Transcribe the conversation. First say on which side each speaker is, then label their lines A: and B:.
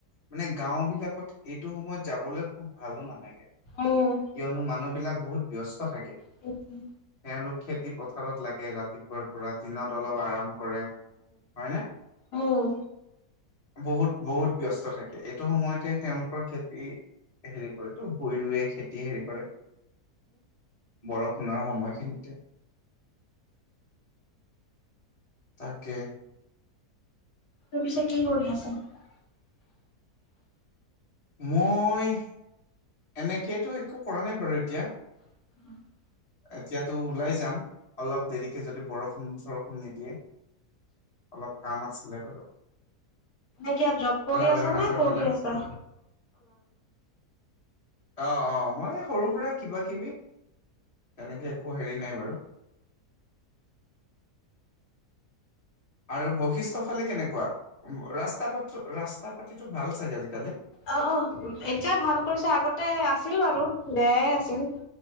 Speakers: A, on the left; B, on the left.
A: মানে, গাঁও বিলাকত এইটো সময়ত যাবলৈ খুব ভালোঁ নালাগে।
B: উম
A: কিয়নো মানুহ বিলাক বহুত ব্যস্ত থাকে,
B: সেইটোৱে।
A: তেওঁলো খেতি পথাৰত লাগে ৰাতিপুৱাৰ পৰা, দিনত অলপ আৰাম। কৰে হয়নে?
B: উম উম
A: বহুত, বহুত ব্যস্ত থাকে, এইটো সময়তে তেওঁলোকৰ খেতি হেৰি কৰে। ভুই ৰুৱে খেতি হেৰি কৰে, বৰষুণৰ সময়খিনিতে। তাকে।
B: এতিয়া পিছে কি কৰি আছা? <unintelligible>
A: মই এনেকেতো একো কৰা নাই বাৰু এতিয়া।
B: <unintelligible>
A: এতিয়াতো ওলাই যাম, অলপ দেৰিকে যদি বৰষুণ চৰষুণ নিদিয়ে। অলপ কাম আছিলে বাৰু।
B: এনেকা জব কৰি
A: লাল
B: আছ
A: গণেশৰ
B: নে পঢ়ি
A: ফালে
B: আছা।
A: অ', অ'মই সৰু সুৰা কিবা কিবি। তেনেকে একো হেৰি নাই বাৰু। আৰু বৈশিষ্টয় ফালে কেনেকুৱা ৰাস্তা পাট ৰাস্তা পাতিটো ভাল চাগে আজিকালি?
B: অ', অ' এতিয়া ভাল কৰিছে আগতে আছিল আৰু বেয়াই আছিল।